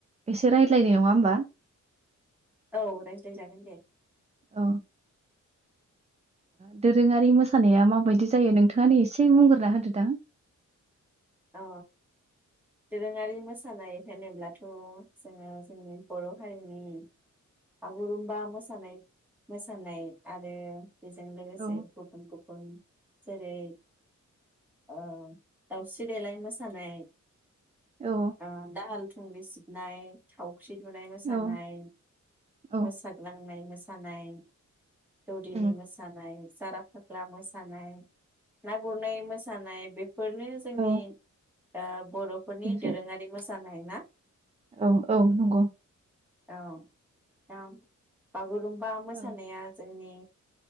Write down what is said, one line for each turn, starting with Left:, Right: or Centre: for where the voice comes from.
Right: एसे रायज्लायनाय नङा होमबा
Centre: औ रायजदाय जागोन दे।
Right: औ दोरोङारि मोसानाया माबायदि जायो नोंथाङानो एसे बुंग्रोना होदोदां
Centre: अ दोरोङारि मोसानाय होनोब्ला थ' जोङो जोंनि बर' हारिनि बागुरुम्बा मोसानाय मोसानाय आरो बेजों लोगोसे
Right: औ
Centre: गुबुन गुबुन जेरै ओह दाव दावस्रि देलाय मोसानाय
Right: औ
Centre: आ दाल थुंग्रि नाय थाव थावख्रि लुनाय मोसानाय
Right: औ औ
Centre: मोसाग्लांनाय मोसा मोसानाय दौदिनि
Right: उम
Centre: मोसानाय जारा फाग्ला मोसानाय ना गुरनाय मोसानाय बेफोरनो जोंनि
Right: औ
Centre: ओह बर'फोरनि
Right: दे जों
Centre: दोरोङारि मोसानाय जानाय ना
Right: औ औ नंगौ
Centre: औ दा बागुरुम बा मोसानाया
Right: औ
Centre: जोंनि